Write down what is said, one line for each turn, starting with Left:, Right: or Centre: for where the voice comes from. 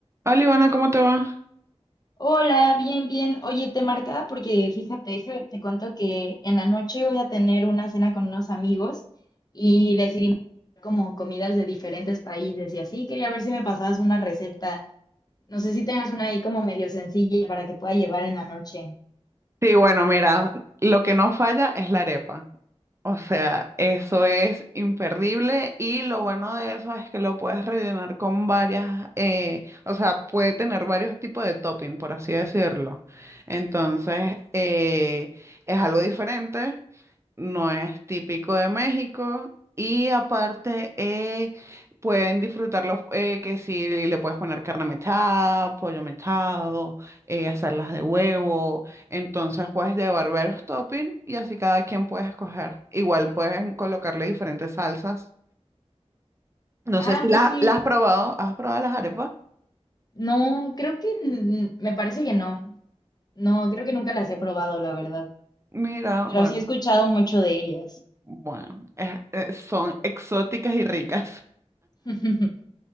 Right: Hola Ivana, ¿cómo te va?
Left: Hola, bien, bien. Oye, te marcaba porque fíjate, déjame- te cuento que en la noche voy a tener una cena con unos amigos y decidimos hacer como comidas de diferentes países y así. Quería ver si me pasabas una receta. No sé si tengas una ahí como medio sencilla para que pueda llevar en la noche.
Right: Sí, bueno, mira, lo que no falla es la arepa. O sea, eso es imperdible y lo bueno de eso es que lo puedes rellenar con varias, eh, o sea, puede tener varios tipos de topping, por así decirlo. Entonces, eh, es algo diferente, no es típico de México y aparte eh, pueden disfrutarlo eh, que si le puedes poner carne mechada, pollo mechado, eh, hacerlas de huevo. Entonces puedes llevar varios toppings y así cada quien puede escoger. Igual puedes colocarle diferentes salsas. No
Left: Ah,
Right: sé si las
Left: pues sí.
Right: las has probado. ¿Has probado las arepas?
Left: No, creo que n- me parece que no. No, creo que nunca las he probado, la verdad.
Right: Mira,
Left: Pero
Right: bueno,
Left: sí he escuchado mucho de ellas.
Right: bueno, es- eh, son exóticas y ricas.
Left: <laughs>